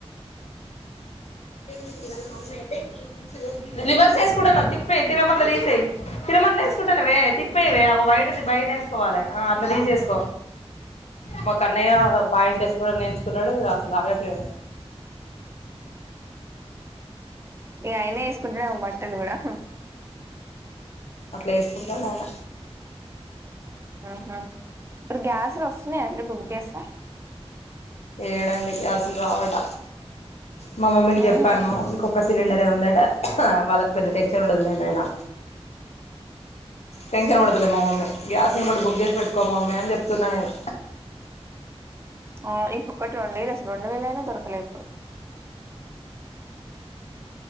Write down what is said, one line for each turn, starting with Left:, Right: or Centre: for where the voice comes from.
Left: తె ఇ వాళ్ళ మమ్మీ అయితేంచ రివర్స్ వేసుకుంటాన్నావ్ తిప్పేయి తిరగమట్ల తీసేయి తిరగమట్ల వేసుకుంటాన్నావే తిప్ విప్పేవే అగో వైట్ ది బైనేసుకోవలే ఆ అట్లా తీసేసుకో మా కన్నయ్య పాయింట్ ఏసుకోవడం నేర్చుకున్నాడు అసలు ఆగట్లేడు
Right: ఇగ ఆయన్నే ఎసుకుంటాడేమో బట్టలు కూడా
Left: అట్లేసుకుంటాడు ఆయన
Right: హ్మ్ హు ఇప్పుడు గ్యాస్లు వస్తున్నాయండి బుక్ చేస్తే
Left: ఏడండి గ్యాసులు రావట మా మమ్మీకి
Right: ఉహు
Left: చెప్పాను మా మమ్మీకి ఒక సిలిండర్ దే ఉందట వాళ్లకి పెద్ద టెన్షన్ ఉండదులెండి అయినా టెన్షన్ పడుదులే మా మమ్మీ గ్యాస్ ఇంకోటి బుక్ చేసి పెట్టుకో మమ్మీ అని చెప్తున్నా నేను
Right: ఆ ఇప్పుడు ఒక్కటి రెండువేలు అసలు రెండువేలు అయినా దొరకలే ఇప్పుడు